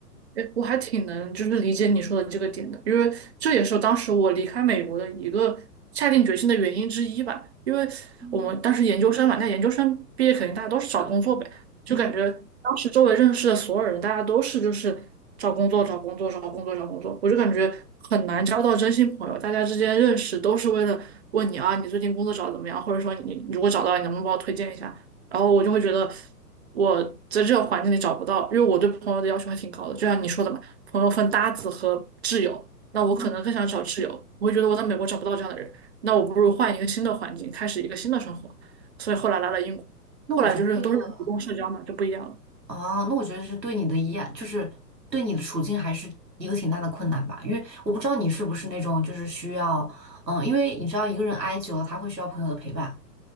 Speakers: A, on the right (about 45°); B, on the right (about 80°).
A: 哎，我还挺能就是理解你说的这个点的，因为这也是当时我离开美国的一个下定决心的原因之一吧。因为我们当时研究生嘛，
B: 嗯
A: 那研究生毕业肯定大家都是找工作呗，就感觉当时周围认识的所有人，
B: 嗯，
A: 大家都是就是找工作、找工作、找工作、找工作，我就感觉很难交到真心朋友。大家之间认识都是为了问你啊，你最近工作找的怎么样，或者说你如果找到了你能不能帮我推荐一下？然后我就会觉得我在这个环境里找不到，因为我对朋友的要求还挺高的，就像你说的嘛，朋友分搭子和挚友，那我可能更想找挚友，
B: 嗯，对，
A: 我会觉得我在美国找不到这样的人，那我不如换一个新的环境，开始一个新的生活，所以后来来了英国，
B: 那我觉得这个
A: 后来就是都是主动社交嘛，就不一样了。
B: 啊，那我觉得是对你的一赖，就是对你的处境还是一个挺大的困难吧。因为我不知道你是不是那种就是需要，嗯，因为你知道一个人挨久了，他会需要朋友的陪伴。